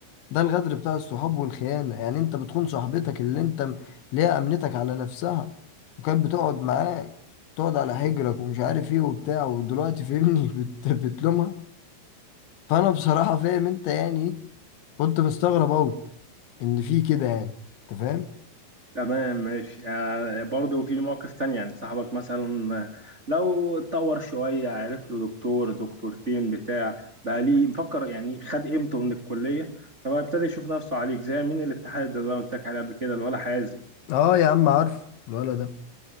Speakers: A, on the left (about 70°); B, on the right (about 45°).
A: ده الغدر بتاع الصحاب والخيانه يعني انت بتخون صاحبتك اللي انت م- ليها امنتك على نفسها وكانت بتقعد معاك تقعد على حجرك ومش عارف ايه وبتاع ودلوقتي فهمني <laughs> بت... بتلومها فانا بصراحه فاهم انت يعني ايه كنت مستغرب اوي ان في كده يعني انت فاهم
B: تمام ماشي يعني برضه في مواقف تانية يعني صاحبك مثلا لو اتطور شوية عرف له دكتور دكتورتين بتاع بقى ليه مفكر يعني خد قيمته من الكلية فبقى ابتدى يشوف نفسه عليك زي مين الاتحاد اللي انا قلت لك عليه قبل كده اللي ولا حازم
A: اه يا عم عارفه الولد ده